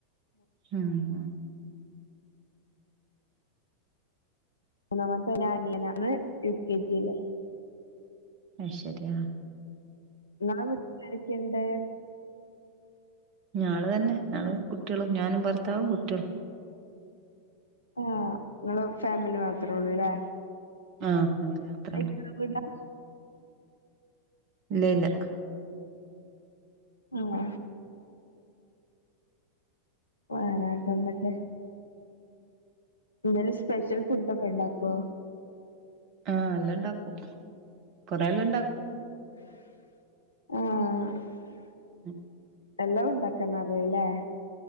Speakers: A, on the right (about 40°); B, on the left (about 75°).
A: മുമ്
B: മൂന്നാമതനിയനാണ് യു കെ ജിയിലെ
A: അത് ശരിഅ
B: നിങ്ങടെ വീട്ടില് ആരൊക്കണ്ട്
A: ഞള് തന്നെ ഞള് കുട്ടികളും ഞാനും ഭർത്താവും കുട്ടികളും
B: ആ ഇങ്ങൾ ഫാമിലി മാത്രേ ഉള്ളൂ അല്ലേ
A: ആഹ് ഫാമിലി മാത്രേ
B: <unintelligible>
A: ഒള്ളൂ ഇലെല്ലാ
B: ആ ആരാട്ട് എന്തൊക്കെ എന്തേലും സ്പെഷ്യൽ ഫുഡ് ഒക്കെ ഇണ്ടാക്കോ
A: ആഹ അല്ലാം ഇണ്ടാക്കും കൊറെയല്ലാം ഇണ്ടാക്കും
B: ആഹ്
A: ഉം
B: എല്ലാം ഉണ്ടാക്കന്ന അറിയല്ലേ